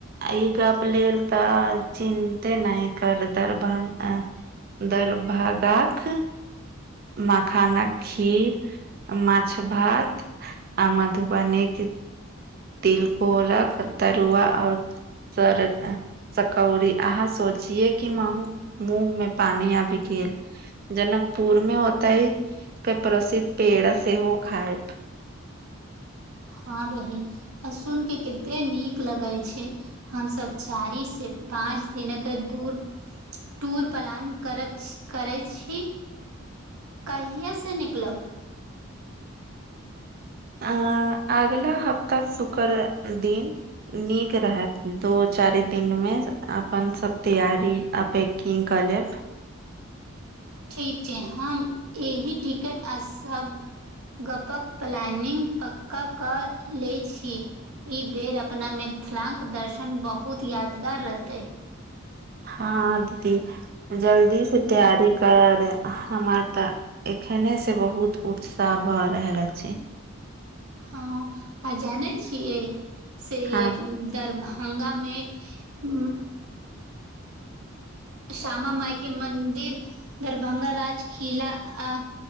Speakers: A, on the right (about 45°); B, on the right (about 80°).
A: ई गप्प लेल तऽ चिन्ते नहि कर दरभंगा दरभगात मखानक खीर मछ भात आ मधुबनी के तिलकोरक तरुआ और सर सकौड़ी अहाँ सोचिये कि मौह-मुँह में पानी आबि गेल। जनकपुर में होतइ, कई प्रसिद्ध पेड़ सेहो खायब।
B: हँ बहिन, आ सुइन के केते नीक लगे छै। हमसब चारी से पाँच दिनक दूर टूर पलान करब छ-करै छी। कहिये से निकलब?
A: अ-अगला हफ्ता शुकर दिन। नीक रहत, दू चारि दिन में अपन सब तैयारी अपेक किंग क लेब।
B: ठीक छै, हम एहि टिकट आ सब गपक प्लानिंग पक्का कऽ लै छी। इ बेर अपना मिथिलां के दर्शन बहुत यादगार रहतै।
A: हँ दीदी जल्दी से तैयारी करऽ, हमर तऽ एखने से बहुत उत्साह भऽ रहल अछि।
B: हँ, आ जानै छियै से
A: हँ
B: दरभं भंगा में श्यामा माइके मन्दिर, दरभंगा राज किला आ